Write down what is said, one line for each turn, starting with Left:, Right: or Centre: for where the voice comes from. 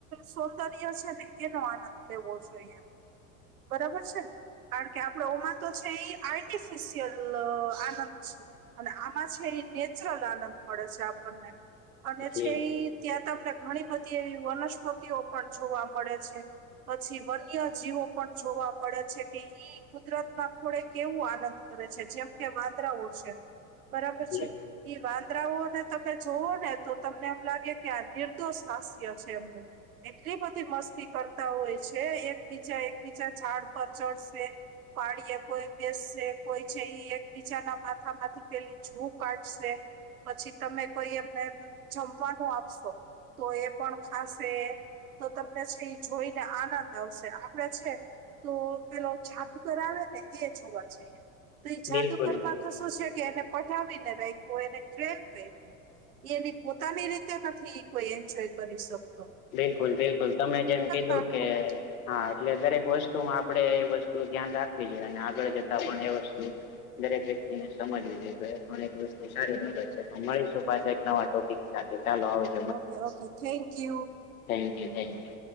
Right: સૌંદર્ય છે ને એનો આનંદ લેવો જોઈએ. બરાબર છે. કારણ કે આપણે એમાં તો છે એ આ આર્ટિફિશિયલ આનંદ છે. અને આમાં છે એ નેચરલ આનંદ મળે છે આપણને અને
Left: એટલે
Right: છે ઇ... ત્યાં તમને ઘણી બધી એવી વનસ્પતિઓ પણ જોવા મળે છે. પછી વન્ય જીવો પણ જોવા પડે છે કે ઈ કુદરતમાં ખોડે કેવું? કરે છે જેમ કે વાંદરાઓ છે, બરાબર છે.
Left: જે
Right: ઈ વાંદરાઓને તમે જોવો ને તો તમને એમ લાગે કે આ નિર્દોષ હાસ્ય.. છે એમ એટલી બધી મસ્તી કરતા હોય છે. એકબીજા એક... બીજા ઝાડ પર ચડશે પાડી આપસો એમ કેસે કોઈ છે ઈ એકબીજા ના માથા માંથી પેલી જુ કાઢશે પછી તમે કોઈ એમને જમવાનું આપશો તો એ પણ ખાસે તો તમને છે ઈ જોઈને આનંદ આવશે આપડે છે. તો પેલો જાદુગર આવે ને એ જોવા જઈએ તો એ જાદુગર
Left: બિલકુલ
Right: માં તો શું છે કે એને પઠાવીને રાખવું એને ટ્રેન કયરુ એ એની પોતાની રીતે નથી કોઈ એન્જોય કરી શક
Left: બિલકુલ બિલકુલ તમે જેમ કીધું
Right: ના
Left: કે હા એટલે દરેક વસ્તુ માં આપડે એ વસ્તુ ધ્યાન રાખવી જોઈએ અને આગળ જતા પણ એ વસ્તુ દરેક વ્યક્તિ ને સમજવી જોઈએ પણ એક વસ્તુ સારી કેહવાય તો મળીશું પાછા એક નવા ટોપિક સાથે ચાલો આવ
Right: okay okay thank you.
Left: Thank you thank you.